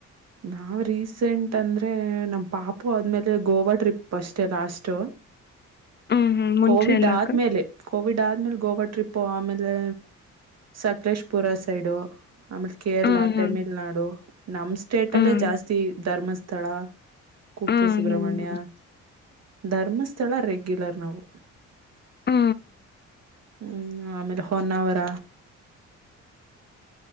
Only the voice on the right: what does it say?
ನಾವವು ರೀಸೆಂಟ್ ಅಂದ್ರೆ ನಮ್ಮ ಪಾಪು ಆದ್ಮೇಲೆ ಗೋವಾ ಟ್ರಿಪ್ ಅಷ್ಟೆ ಲಾಸ್ಟ್
ಕೋವಿಡ್
ಆದ್ಮೇಲೆ
ಕೋವಿಡ್ ಆದ್ಮೇಲೆ ಗೋವಾ ಟ್ರಿಪ್ ಆಮೇಲೆ ಸಕಲೇಶ್ಪುರ ಸೈಡು ಆಮೇಲೆ ಕೇರಳ
ತಮಿಳ್ನಾಡು ನಮ ಸ್ಟೇಟ್
ಅಲ್ಲೇ ಜಾಸ್ತಿ ಧರ್ಮಸ್ಥಳ <inaudible> ಕುಕ್ಕೆಸುಬ್ರಹ್ಮಣ್ಯ
ಧರ್ಮಸ್ಥಳ ರೆಗ್ಯುಲರ್ ನವು
ಹ್ಮ್ ಆಮೇಲೆ ಹೊನ್ನಾವರ